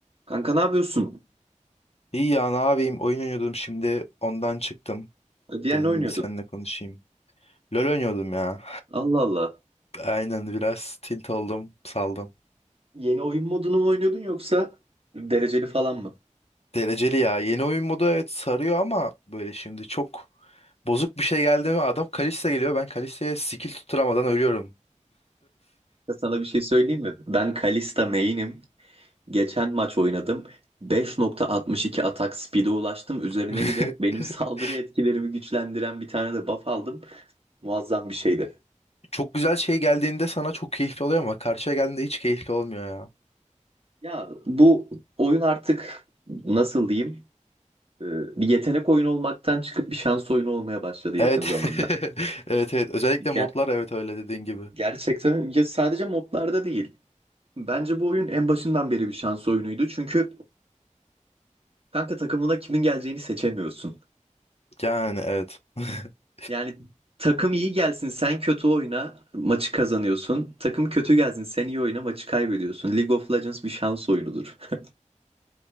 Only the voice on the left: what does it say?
İyi ya ne yapayım oyun oynuyordum şimdi ondan çıktım.
Dedim
bir seninle konuşayım. LoL oynuyordum ya.
<laughs> Aynen biraz tilt oldum saldım.
Dereceli ya yeni oyun modu evet sarıyor ama böyle şimdi çok bozuk bir şey geldi mi adam Kalista geliyor ben Kalista'ya skill tutturamadan ölüyorum.
<laughs>
Çok güzel şey geldiğinde sana çok keyifli oluyor ama karşıya geldiğinde hiç keyifli olmuyor ya.
Evet.
<laughs> Evet evet özellikle
modlar evet öyle dediğin gibi.
Yani evet. <laughs>